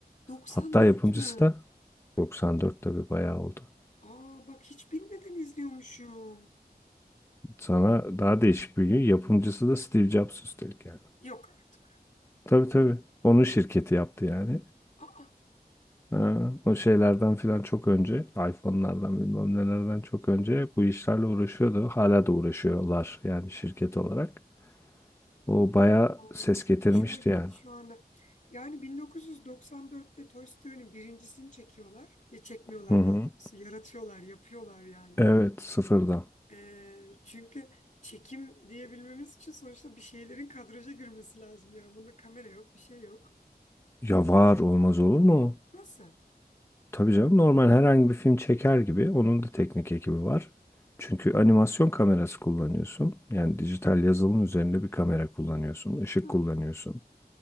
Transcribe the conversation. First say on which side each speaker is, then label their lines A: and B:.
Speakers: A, on the left; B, on the left.
A: 94
B: Hatta yapımcısı
A: mü?
B: da 94 tabii bayağı oldu.
A: Aa bak hiç bilmeden izliyormuşum.
B: Sana daha değişik bir gün yapımcısı da Steve Jobs üstelik yani.
A: Yok artık.
B: Tabii tabii. Onun şirketi yaptı yani.
A: Aa
B: Ha, o şeylerden filan çok önce iPhone'lardan bilmem nelerden çok önce bu işlerle uğraşıyordu. Hala da uğraşıyorlar yani şirket olarak. O bayağı ses
A: Ay, Çok
B: getirmişti
A: hoşuma gitti
B: yani.
A: şu anda. Yani 1994'te Toy Story'nin birincisini çekiyorlar. E, çekmiyorlar
B: Hı hı.
A: daha doğrusu. Yaratıyorlar, yapıyorlar yani.
B: Evet, sıfırdan.
A: E, çünkü çekim diyebilmemiz için sonuçta bir şeylerin kadraja girmesi lazım ya. Bunda kamera yok, bir şey yok.
B: Ya var olmaz olur mu?
A: Nasıl?
B: Tabii canım normal herhangi bir film çeker gibi onun da teknik ekibi var. Çünkü animasyon kamerası kullanıyorsun. Yani dijital yazılım üzerinde bir kamera kullanıyorsun, ışık
A: Hı.
B: kullanıyorsun.